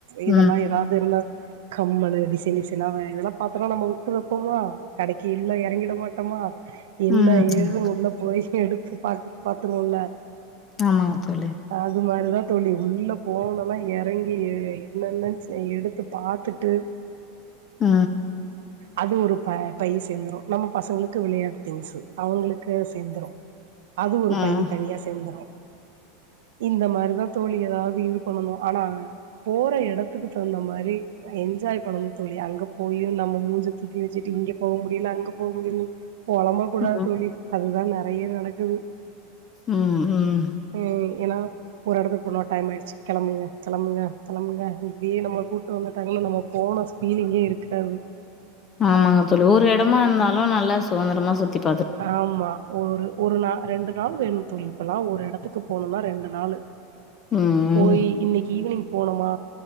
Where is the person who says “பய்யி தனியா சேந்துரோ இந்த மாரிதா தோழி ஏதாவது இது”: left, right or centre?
Right